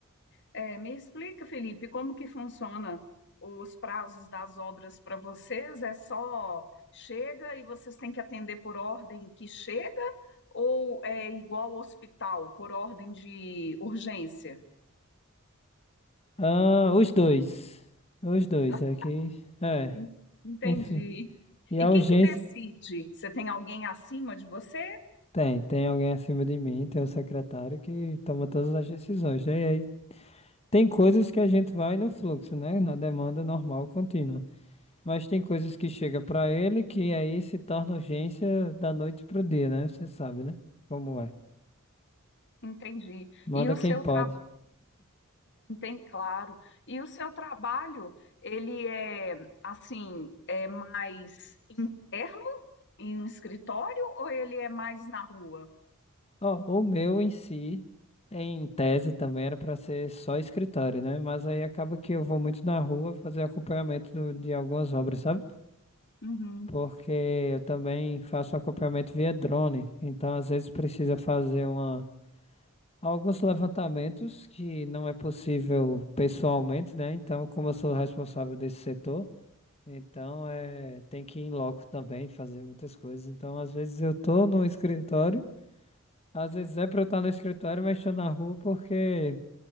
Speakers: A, on the left; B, on the left.
A: É, me explica, Felipe, como que funciona os prazos das obras para vocês? É só chega e vocês têm que atender por ordem que chega ou é igual ao hospital, por ordem de urgência?
B: Ah, os dois, os dois
A: Ah,
B: aqui, é,
A: en- Entendi.
B: enfim. E
A: E
B: a
A: quem
B: urgência.
A: que decide? Você tem alguém acima de você?
B: Tem, tem alguém acima de mim, tem o secretário que toma todas as decisões, né? E aí tem coisas que a gente vai no fluxo, né? Na demanda normal, contínua. Mas tem coisas que chega para ele que aí se torna urgência da noite pro dia, né? Você sabe, né? Como é.
A: Entendi.
B: Manda
A: E o
B: quem
A: seu
B: pode.
A: trabalho, tem claro. E o seu trabalho, ele é assim, é mais interno em um escritório ou ele é mais na rua?
B: Ó, o meu em si, em tese também era para ser só escritório, né? Mas aí acaba que eu vou muito na rua fazer acompanhamento do- de algumas obras, sabe?
A: Uhum.
B: porque eu também faço acompanhamento via drone, então às vezes precisa fazer uma, alguns levantamentos que não é possível pessoalmente, né? Então, como eu sou o responsável desse setor, então é, tem que ir em loco também, fazer muitas coisas. Então, às vezes eu tô no escritório, às vezes é para eu estar no escritório, mas estou na rua porque